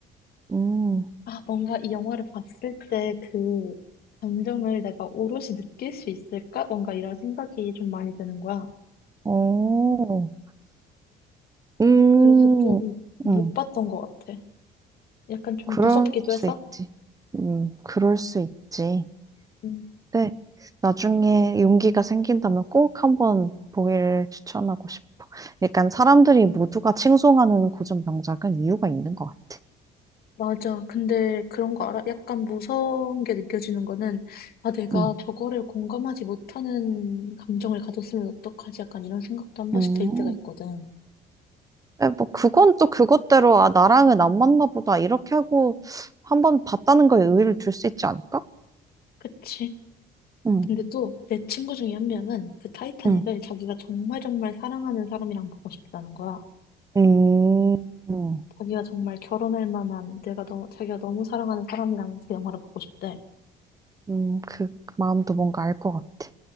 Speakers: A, on the right; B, on the left.
A: 음.
B: 아, 뭔가 이 영화를 봤을 때 그 감정을 내가 오롯이 느낄 수 있을까? 뭔가 이런 생각이 좀 많이 드는 거야.
A: 어, 음,
B: 그래서 좀 못
A: 음,
B: 봤던 것 같아. 약간 좀
A: 그럴
B: 무섭기도
A: 수
B: 해서.
A: 있지. 음, 그럴 수 있지.
B: 음,
A: 네, 나중에 용기가 생긴다면 꼭 한번 보기를 추천하고 싶어. 약간 사람들이 모두가 칭송하는 고전 명작은 이유가 있는 것 같아.
B: 맞아. 근데 그런 거 알아? 약간 무서운 게 느껴지는 거는, 아, 내가
A: 음,
B: 저거를 공감하지 못하는 감정을 가졌으면 어떡하지? 약간 이런 생각도 한 번씩
A: 음.
B: 들 때가 있거든.
A: 네, 뭐 그건 또 그것대로 아 나랑은 안 맞나 보다 이렇게 하고 한번 봤다는 거에 의의를 둘 수 있지 않을까?
B: 그치.
A: 음,
B: 근데 또 내 친구 중에 한 명은 그 타이타닉을
A: 음,
B: 자기가 정말 정말 사랑하는 사람이랑 보고 싶다는 거야.
A: 음,
B: 자기가 정말 결혼할 만한 내가 너, 자기가 너무 사랑하는 사람이랑 그 영화를 보고 싶대.
A: 음, 그 마음도 뭔가 알 것 같아.